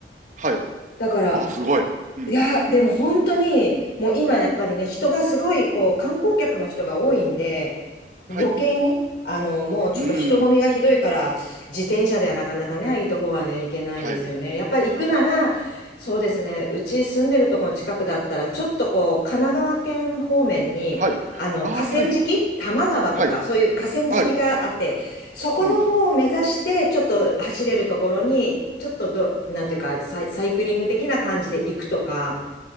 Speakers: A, on the right (about 45°); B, on the left (about 70°).
A: はい。
B: だから、
A: わ、すごい。うん。
B: いや、でも本当に、もう今やっぱりね、人がすごい、こう、観光客の人が多いんで、
A: はい。
B: 余計に、あの、もうちょっと人混みがひどいから、
A: うーん。
B: 自転車ではなかなかね、ああいうとこはね、行けないですよね。
A: はい。
B: やっぱり行くなら、そうですね、うち住んでるとこの近くだったら、ちょっとこう、神奈川県方面に、
A: はい。
B: あの、
A: あーはい。
B: 河川敷、多摩川とか、
A: はい。
B: そういう河川敷があって、
A: はい。
B: そこの方を目指して、
A: うん。
B: ちょっと走れるところに、ちょっとど、なんていうか、サイ、サイクリング的な感じで行くとか、